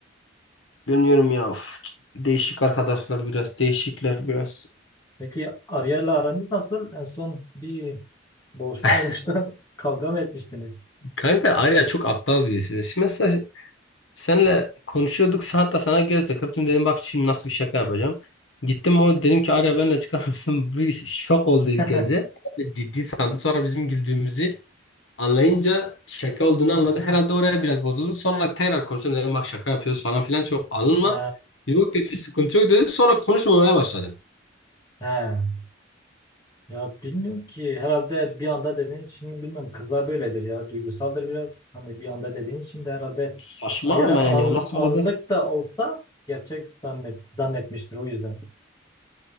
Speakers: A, on the left; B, on the left.
A: Bilmiyorum ya. Of, değişik arkadaşlar biraz, değişikler biraz.
B: Peki Ariel'le aranız nasıl? En son bir boğuşma
A: <laughs>
B: olmuştu. <laughs> Kavga mı etmiştiniz?
A: Kanka Arya çok aptal birisi. Şimdi mesela senle konuşuyorduk. Hatta sana göz takıp dedim bak şimdi nasıl bir şaka yapacağım. Gittim o dedim ki Arya benimle çıkar mısın? <laughs> Bir şok oldu ilk
B: <laughs>
A: önce. Ciddi sandı sonra bizim güldüğümüzü. Anlayınca şaka olduğunu anladı. Herhalde oraya biraz bozuldu. Sonra tekrar konuştum dedim bak şaka yapıyoruz falan filan çok alınma.
B: He,
A: Yok dedi sıkıntı yok dedi. Sonra konuşmamaya başladım.
B: he. Ya bilmiyorum ki herhalde bir anda dediğin için bilmiyorum kızlar böyledir ya duygusaldır biraz. Hani bir anda dediğin için de herhalde
A: Saçma
B: ya
A: ama
B: da an-
A: yani ona sonra
B: anlık
A: da
B: da olsa gerçek zannet, zannetmiştir o yüzden. <laughs>